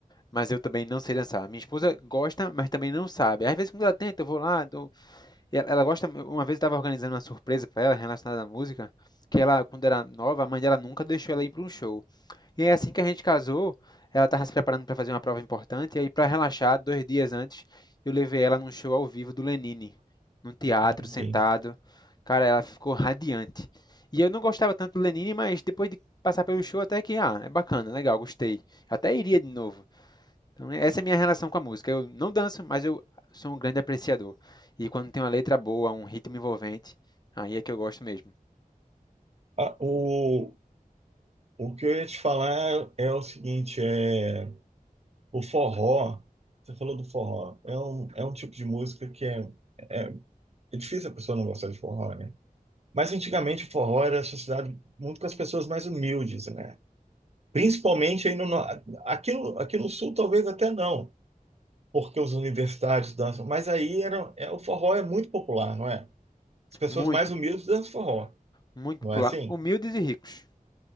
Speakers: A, on the left; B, on the right.
A: Mas eu também não sei dançar. Minha esposa gosta, mas também não sabe. Às vezes, quando ela tenta, eu vou lá. dou- e Ela, ela gosta. Uma vez eu estava organizando uma surpresa para ela relacionada à música, que ela, quando era nova, a mãe dela nunca deixou ela ir para um show. E aí, assim que a gente casou, ela estava se preparando para fazer uma prova importante, e aí, para relaxar, dois dias antes, eu levei ela num show ao vivo do Lenine, num teatro,
B: assim.
A: sentado. Cara, ela ficou radiante. E eu não gostava tanto do Lenine, mas depois de passar pelo show, até que, ah, é bacana, legal, gostei. Até iria de novo. Então, essa é a minha relação com a música. Eu não danço, mas eu sou um grande apreciador. E quando tem uma letra boa, um ritmo envolvente, aí é que eu gosto mesmo.
B: Ah, o, o que eu ia te falar é, é o seguinte, é o forró. Você falou do forró. É um, é um tipo de música que é, é, é difícil a pessoa não gostar de forró, né? Mas antigamente o forró era associado muito com as pessoas mais humildes, né? Principalmente aí no, no- aqui no, aqui no sul, talvez até não. porque os universitários dançam. Mas aí era, é, o forró é muito popular, não é? As pessoas
A: Muito,
B: mais humildes dançam forró,
A: muito
B: não
A: popular.
B: é assim?
A: Humildes e ricos.